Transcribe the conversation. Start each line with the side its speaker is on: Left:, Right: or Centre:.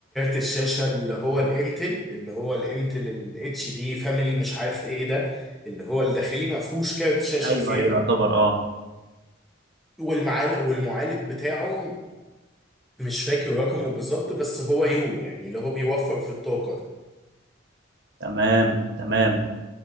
Centre: الشاشه اللي هو الانتل اللي هو الانتل الاتش دي فاميلي مش عارف ايه ده اللي هو الداخلي ما فيهوش كارت شاشه
Right: ايوه
Centre: زياده
Right: ايوه يعتبر اه
Centre: والمعالج والمعالج بتاعه مش فاكر رقمه بالظبط بس هو يو يعني اللي هو بيوفر في الطاقه ده
Right: تمام تمام